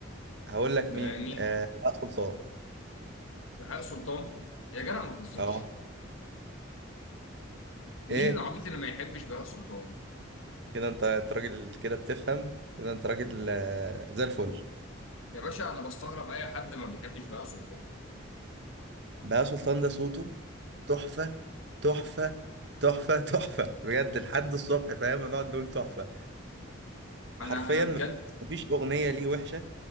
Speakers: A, on the right; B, on the left.
A: هقول لك مين
B: آه مين
A: آه لا سلطان
B: بهاء سلطان يا جدع ما تهزرش
A: اه
B: مين
A: ايه
B: العبيط اللي ما يحبش بهاء سلطان
A: كده انت انت راجل كده بتفهم كده انت راجل آه زي الفل
B: يا باشا انا بستغرب اي حد ما بيحبش بهاء سلطان
A: بهاء سلطان ده صوته تحفة تحفة تحفة تحفة بجد لحد الصبح فاهم هنقعد نقول تحفة حرفيا
B: انا انا بجد
A: مفيش مفيش اغنيه ليه وحشه